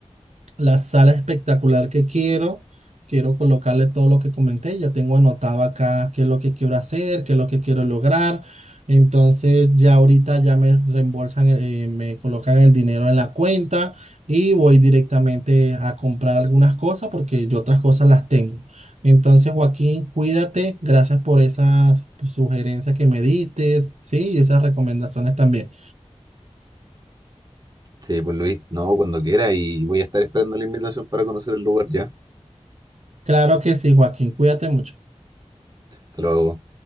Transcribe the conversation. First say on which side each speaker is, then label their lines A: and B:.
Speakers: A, on the right (about 85°); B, on the right (about 35°).
A: la sala espectacular que quiero. Quiero colocarle todo lo que comenté. Ya tengo anotado acá qué es lo que quiero hacer, qué es lo que quiero lograr. Entonces ya ahorita ya me reembolsan, eh, me colocan el dinero en la cuenta y voy directamente a comprar algunas cosas porque yo otras cosas las tengo. Entonces, Joaquín, cuídate. Gracias por esas sugerencias que me diste, sí, y esas recomendaciones también.
B: Sí, pues Luis, no, cuando quiera y voy a estar esperando la invitación para conocer el lugar ya.
A: Claro que sí, Joaquín, cuídate mucho.
B: Hasta luego.